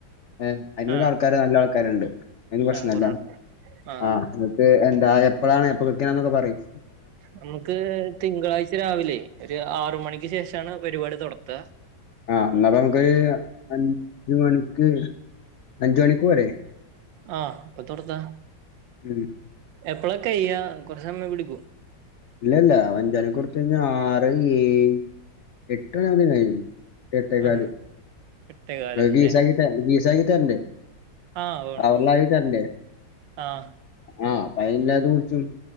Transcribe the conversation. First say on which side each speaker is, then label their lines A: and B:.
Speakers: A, on the left; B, on the right.
A: ഏ അതിന്റുള്ളിലാള്ക്കാര്
B: ആഹ്
A: നല്ല ആൾക്കാരൊണ്ട് അതിന് പ്രശ്നല്ല
B: ആഹ് കൊറേ ആൾക്കാര് ആഹ്
A: ആ നക്ക് എന്താ എപ്പഴാണ് എപ്പ കുളിക്കണന്നൊക്കെ പറയും.
B: നമുക്ക് തിങ്കളാഴ്ച രാവിലെ ഒരു ആറ് മണിക്ക് ശേഷാണ് പരിപാടി തൊടത്വ.
A: ആ എന്നപ്പ നമുക്കൊരു അഞ്ച് മണിക്ക് അഞ്ചു മണിക്ക് വരാം. <unintelligible>
B: ആ ഇപ്പത്തൊടുത്താ?
A: ഉം
B: എപ്പളൊക്കെയ്യാ കൊറെ സമയം പിടിക്വോ?
A: ഇല്ലല്ല അഞ്ചണിക്കൊടുത്ത് കഴിഞ്ഞാ ആറ് ഏഴ് എട്ട് മണിയാവുമ്പത്തേക്ക് കഴിയും. എട്ടെകാല്
B: ആഹ് എട്ടേകാല്
A: അത്
B: അല്ലേ
A: ഗീസക്കീട്ടാ ഗീസകി തരണ്ടേ?
B: ആഹ് വേണം
A: ആവള്ളായി
B: വേണം
A: തരണ്ടേ
B: ആഹ്
A: ആ <unintelligible> കുളിച്ചും